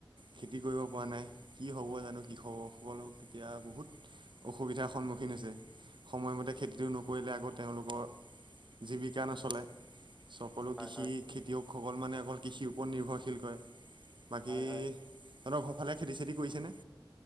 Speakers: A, on the right; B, in the centre.
A: খেতি কৰিব পৰা নাই কি হ'ব জানো কৃষকসকলক তেতিয়া বহুত। অসুবিধাৰ সন্মুখীন হৈছে সময়মতে খেতিটো নকৰিলে আকৌ তেওঁলোকৰ। জীৱিকা নচলে সকলো
B: হয়
A: কৃষি
B: হয়
A: খেতিয়কসকল মানে অকল কৃষিও ওপৰত নিৰ্ভৰশীল কৰে বাকী
B: হয় হয়
A: সিহঁতক সৰফালে খেতি চেতি কৰিছেনে